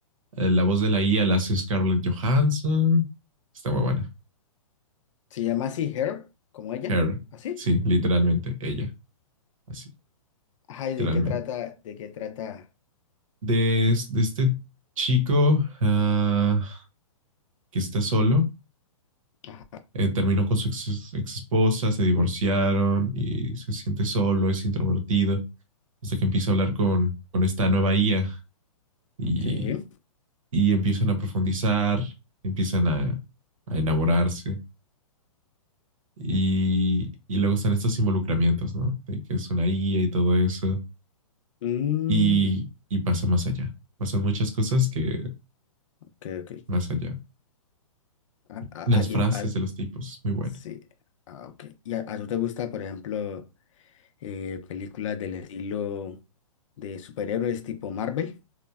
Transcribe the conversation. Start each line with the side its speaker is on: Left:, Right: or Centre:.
Right: Eh, La voz de la IA la hace Scarlett Johansson. Está muy buena.
Left: ¿Se llama así Her? ¿Como ella?
Right: Her,
Left: ¿Así?
Right: sí, literalmente, ella, así,
Left: Ajá, ¿y de
Right: literalmente.
Left: qué trata? ¿De qué trata?
Right: De, es- de este chico ah, que está solo,
Left: Ajá.
Right: eh, terminó con su ex, ex esposa, se divorciaron y se siente solo, es introvertido, hasta que empieza a hablar con, con esta nueva IA y,
Left: Sí.
Right: y empiezan a profundizar, empiezan a, a enamorarse Y, y luego están estos involucramientos, ¿no? De que es una guía y todo eso.
Left: Mm,
Right: Y, y pasa más allá. Pasan muchas cosas que
Left: ok, ok.
Right: más allá.
Left: Ah, ah,
Right: Las
Left: ah, y
Right: frases
Left: el- ah,
Right: de los tipos, muy buena.
Left: sí. Ah, ok. ¿Y a, a tú te gusta, por ejemplo? eh, películas del estilo de superhéroes tipo Marvel.